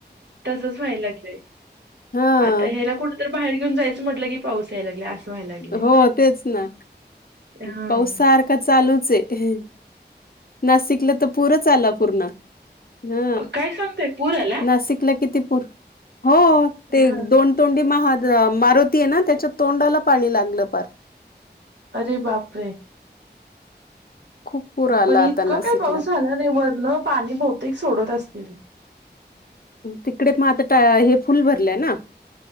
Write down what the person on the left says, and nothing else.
हा
हो तेच ना
पाऊस सारख का चालूच आहे नाशिकला तर पुरंच आला पूर्ण. हा
नाशिक ला किती पूर हो तोंडी
म मारुती आहे ना त्याच्या तोंडाला पाणी लागलं पार.
खूप पूर आला
आता नाशिकला
तिकडे मग आता हे फुल भरलंय ना.